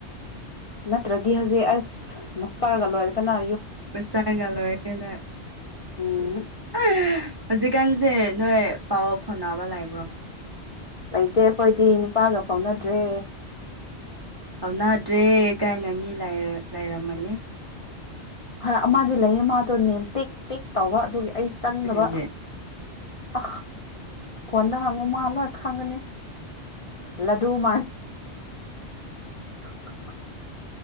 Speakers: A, on the left; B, on the right.
A: ꯅꯠꯇ꯭ꯔꯗꯤ ꯍꯧꯖꯤꯛ ꯑꯁ ꯃꯁꯇꯥꯥꯔꯒ ꯂꯣꯏꯔꯦꯗꯅ
B: ꯁꯥꯔꯒꯗ ꯑꯣꯏꯅ
A: ꯎꯝ
B: ꯍꯧꯖꯤꯛꯀꯥꯟꯁꯦ ꯅꯣꯏ ꯄꯥꯎ ꯐꯣꯅꯑ ꯑꯃ ꯂꯩꯕ꯭ꯔꯣ
A: ꯂꯩꯇꯦ ꯑꯩꯈꯣꯏꯗꯤ ꯅꯨꯄꯥꯒ ꯐꯥꯎꯅꯗ꯭ꯔꯦ
B: ꯍꯧꯥꯎꯅꯗ꯭ꯔꯦ ꯀꯥꯏꯅ ꯃꯤ ꯂꯩꯔꯝꯃꯅꯤ
A: ꯍꯣꯏ ꯑꯃꯗꯤ ꯂꯩꯌꯦ ꯃꯥꯗꯣ ꯅꯦꯝ ꯇꯦꯛ ꯄꯦꯛ ꯇꯧꯕ ꯑꯗꯨꯒꯤ ꯑꯩ ꯆꯪꯗꯕ
B: ꯀꯔꯤꯒꯤ
A: ꯑ ꯐꯣꯟꯗ ꯍꯪꯉꯨ ꯃꯥ ꯂꯣꯏ ꯈꯪꯒꯅꯤ ꯂꯗꯨ ꯃꯥ <inaudible>